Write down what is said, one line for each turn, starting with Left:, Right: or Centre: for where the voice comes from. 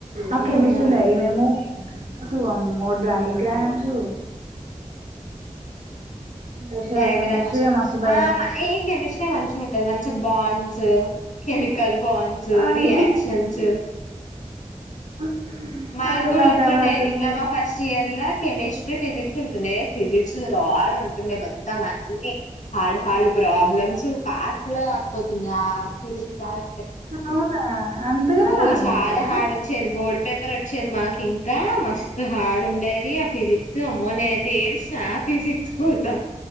Right: ఆ కెమిస్ట్రీ
Left: అవునా
Right: లో ఏమేమో చూ అమ్మో డైగ్రామ్సూ చేసేది
Left: డైగ్రామ్స్
Right: కెమిస్ట్రీ మస్తు భయం
Left: ఆం ఈ కెమిస్ తే మంచిగుంటది మంచి బాండ్స్ కెమికల్ బాండ్స్
Right: ఆ
Left: రియాక్షన్స్
Right: <inaudible> <inaudible>
Left: మాకు
Right: అసలు
Left: కూడా
Right: నాకు
Left: ఉంటుండే
Right: అవి అర్థమే
Left: డిప్లొమా ఫస్ట్ ఇయర్లో కెమిష్ ఫిజిక్స్ ఉంటుంది ఫిజిక్స్ రాడ్ ఉం మొత్తం అన్ని హాడ్ హాడ్ ప్రోబ్లమ్స్ పాస్ <unintelligible>
Right: అవునా అంతగానే
Left: ఓ
Right: మాడుంటదా
Left: చాలా హార్డ్ వచ్చేది బోర్డు పేపర్ వచ్చేది మాకు ఇంకా మస్తు హార్డ్ ఉండేది ఫిజిక్స్ అమ్మో నేనయితే ఏడ్చినా ఆ ఫిజిక్స్ కోసం